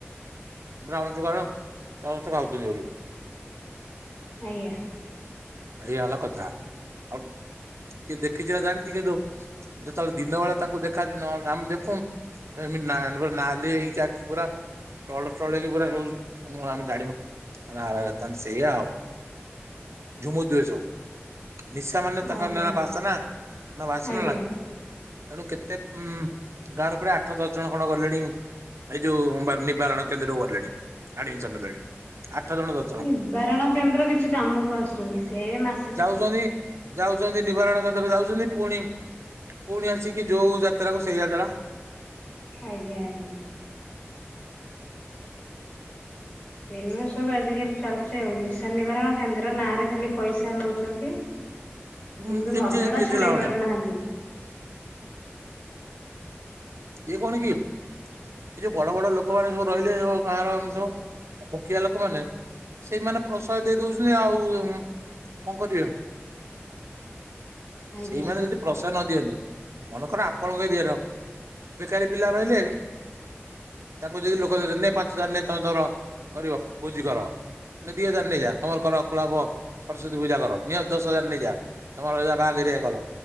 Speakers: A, on the right; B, on the left.
A: ବ୍ରାଉନ ସୁଗାର ସମସ୍ତେ ଖାଉଛନ୍ତି ବୋଲି।
B: ଆଜ୍ଞା।
A: ଏଇ ଅଲ କଥା ଆଉ କିଏ ଦେଖିଛିି ନା ଜାଣିଛି କିନ୍ତୁ ଯେତେବେଳେ ଦିନ ବେଳେ ତାଙ୍କୁ ଦେଖାନ ଆମେ ଦେଖୁ ଏମିତି ନାଲି ହେଇଛି ଆଖି ପୁରା ଟଳ ଟଳେଇକି ପୁରା ସବୁ ଆମେ ଜାଣିବା ତାଲେ ସେଇଆ ଆଉ ଝୁମୁ ଥିବେ ସବୁ ନିଶା ମାନେ ତାଙ୍କର
B: ଆଜ୍ଞା ଆଜ୍ଞା
A: ନା
B: ଆଜ୍ଞା
A: ବାସନା ନା ବାସନା
B: ଆଜ୍ଞା।
A: ଲାଗ ତେଣୁ କେତେ ଉ ଗାଁର ପୁଣି ଆଠ ଦଶ ଜଣ ଖଣ୍ଡ ଗଲେଣି ଏଇ ଯୋଉ ନି ନିବାରଣ କେନ୍ଦ୍ର ଗଲେଣି ଆଡ଼ମିଶନ ହେଲେଣି। ଆଠ ଜଣ ଦ
B: ନିବାରଣ କେନ୍ଦ୍ର କିଛି କାମକୁ ଆସୁନି ସେ ମାସ
A: ଯାଉଛନ୍ତି ଯାଉଛନ୍ତି ନିବାରଣ କେନ୍ଦ୍ର ଯାଉଛନ୍ତି ପୁଣି ପୁଣି ଆସିକି ଯୋଉ ଯାତ୍ରା କୁ ସେଇ ଯାତ୍ରା
B: ଆଜ୍ଞା ଆଜ୍ଞା। ଏଇଭଳିଆ ସବୁ ଆଜିିକାଲି ଚାଲିଚି ଆଉ ନିଶା ନିବାରଣ କେନ୍ଦ୍ର ନାଁ ରେ ଖାଲି ପଇସା ନଉଛନ୍ତି କିନ୍ତୁ
A: ଉଁ କିଛି
B: ମଦଟା
A: କିଛି
B: ଛଡେଇ
A: ଲାଭ
B: ପାରୁନାହାନ୍ତି।
A: ନାହିଁ ଏ କଣ କି? ଏଇ ଯୋଉ ବଡ ବଡ ଲୋକମାନେ ସବୁ ରହିଲେ ସ ଗାଁରମ ସବୁ ମୁଖିଆ ଲୋକମାନେ ସେଇମାନେ ପ୍ରସାଦ ଦେଇ ଦଉଛନ୍ତି ଆଉ କଣ କରିବେ?
B: ଆଜ୍ଞା।
A: ସେଇମାନେ ଯଦି ପ୍ରଶୟ ନ ଦିଅନ୍ତେ ମନେକର ଆପଣଙ୍କ ଏରିଆର ବେକାରୀ ପିଲା ରହିଲେ ତାଙ୍କୁ ଯଦି ଲୋକ ନାଇ ପାଞ୍ଚ ହଜାର ନେ ତମେ ତମର କରିବ ଭୋଜି କର। ଦି ହଜାର ନେଇଯା ତମର କର କୁଳ ହବ ସରସ୍ଵତୀ ପୂଜା କର ନିହତ ଦଶ ହଜାର ନେଇଯା। ତମର ଏଟା ବାହାଘରିଆ କର